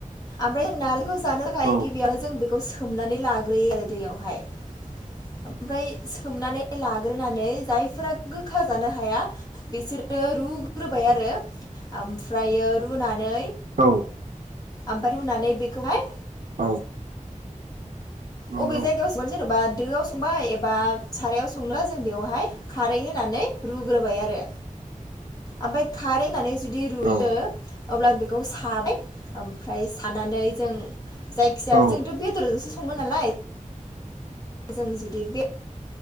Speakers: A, on the left; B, on the right.
A: आमफाय नारजिखौ जानो था खाय
B: औ
A: गिबियावनो जों सोमनानै लाग्रोयो आरो दैयाव हाय ओमफाय सोमना लाग्रो होननानै जायफोरा गोखा जानो हाया बिसोरो रुग्रोबाय आरो ओमफ्रायो रुनानै
B: औ
A: ओमफाय रुनानै बेखौहाय
B: औ
A: अबे
B: नंगौ औ
A: जायगायाव संगोन जेनेबा दोआव संबाय एबा सारायाव संला जों बेयावहाय खारै होनानै रुग्रोबाय आरो ओमफाय खारै होनानै जुदि रुयो
B: औ
A: अब्ला बेखौ साबाय ओमफ्राय सानानै जों जायखिजाया
B: औ
A: जोंथ' बेदरजोंसो सङो नालाय जों जुदि बे